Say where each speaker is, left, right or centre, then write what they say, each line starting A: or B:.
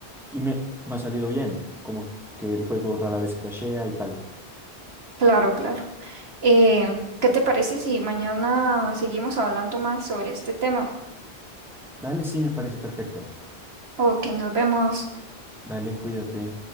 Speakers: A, in the centre; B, on the right.
A: y me, me ha salido bien, como que el juego rara vez crashea y tal.
B: Claro, claro. Eh, ¿qué te parece si mañana seguimos hablando más sobre este tema?
A: Dale, sí, me parece perfecto.
B: Ok, nos vemos.
A: Dale, cuídate.